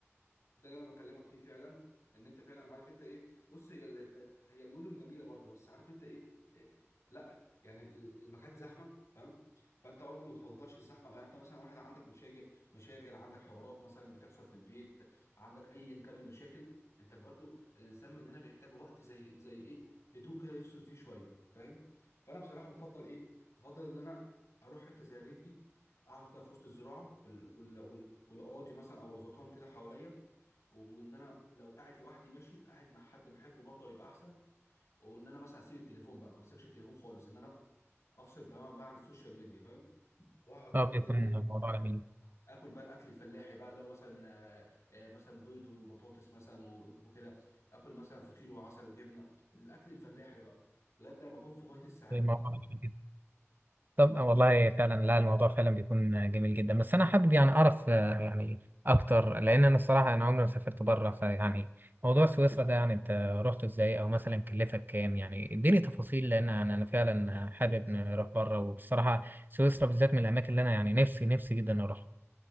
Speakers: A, on the left (about 85°); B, on the right (about 40°).
A: ده اللي انا بكلمك فيه فعلا ان انت فعلا عارف انت ايه بص هي ال- هي المدن جميله برضو بس عارف انت ايه إيه، لا يعني ال- المكان زحمه فاهم فانت برضه ما بتفضلش الزحمه يعني انت مثلا واحد عندك مشاغل مشاغل عندك حوارات مثلا بتحصل في البيت عندك ايا كان المشاكل انت برضه الانسان مننا بيحتاج وقت زي زي ايه هدوء كده يفصل فيه شويه فاهم فانا بصراحه بفضل ايه بفضل ان انا اروح حته زي الريف دي اقعد كده في وسط الزراعه وال... وال... وال... والاراضي مثلا او الغيطان كده حواليا وان انا لو قاعد لوحدي ماشي قاعد مع حد بحبه برضه هيبقى احسن وان انا مثلا هسيب التليفون بقى ما امسكش التليفون خالص ان انا افصل تماما بقى عن السوشيال ميديا فاهم واقعد
B: اه
A: بقى
B: بيكون
A: كده ايه
B: الموضوع
A: آه،
B: جميل
A: اكل بقى الاكل الفلاحي بقى اللي هو مثلا آه، آه، مثلا بيض وبطاطس مثلا و- وكده اكل مثلا فطير وعسل وجبنه الاكل الفلاحي ده بقى بجد انا بكون في غايه السعاده
B: الموضوع جميل جدا طب والله فعلا لا الموضوع فعلا بيكون جميل جدا بس انا حابب يعني اعرف آه، يعني اكتر لان انا الصراحه انا عمري ما سافرت بره فيعني موضوع سويسرا ده يعني انت رحته ازاي او مثلا كلفك كام يعني اديني تفاصيل لان انا انا فعلا حابب نروح بره والصراحه سويسرا بالذات من الاماكن اللي انا يعني نفسي نفسي جدا اروح